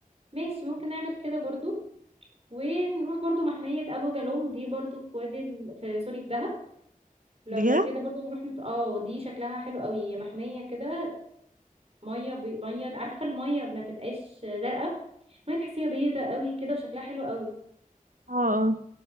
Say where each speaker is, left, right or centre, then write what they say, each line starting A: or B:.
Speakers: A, on the right; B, on the right.
A: ماشي ممكن نعمل كده برضه ونروح برضه محميه ابو جالوم دي برضه في وادي ال... في سوري في دهب لو
B: بجد
A: كده برضه نروح نت... اه دي شكلها حلو قوي هي محمية كده مية بي... مية عارفة المية ما تبقاش زرقاء مية تحسيها بيضة قوي كده وشكلها حلو قوي
B: اه آه.